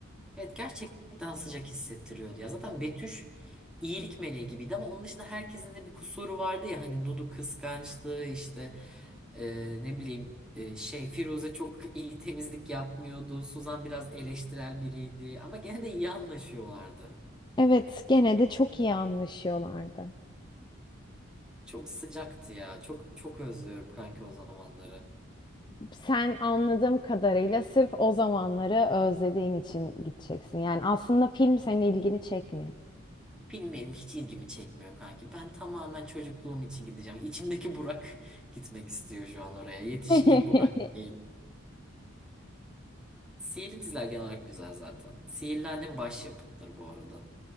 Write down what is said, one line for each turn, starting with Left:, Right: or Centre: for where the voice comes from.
Centre: Evet gerçekten sıcak hissettiriyordu ya. Zaten Betüş iyilik meleği gibiydi ama onun dışında herkesin de bir kusuru vardı ya hani Dudu kıskançlığı işte Ee, ne bileyim e, şey Firuze çok iyi temizlik yapmıyordu. Suzan biraz eleştirel biriydi ama gene de iyi anlaşıyorlardı.
Left: Evet, gene de çok iyi anlaşıyorlardı.
Centre: Çok sıcaktı ya. Çok çok özlüyorum kanki o zamanları.
Left: Sen anladığım kadarıyla sırf o zamanları özlediğin için gideceksin. Yani aslında film senin ilgini çekmiyor.
Centre: Bilmiyorum hiç ilgimi çekmiyor kanki. Ben tamamen çocukluğum için gideceğim. İçimdeki Burak <laughs> gitmek istiyor şu an oraya. Yetişkin
Left: <laughs>
Centre: Burak değil. Sihirli diziler genel olarak güzel zaten. Sihirli Annem başyapıttır bu arada.